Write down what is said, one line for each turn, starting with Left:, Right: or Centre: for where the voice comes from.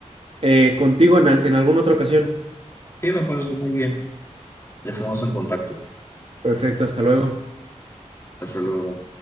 Right: eh, contigo en al- en alguna otra ocasión.
Left: Sí, me parece muy bien. Estamos en contacto.
Right: Perfecto, hasta luego.
Left: Hasta luego.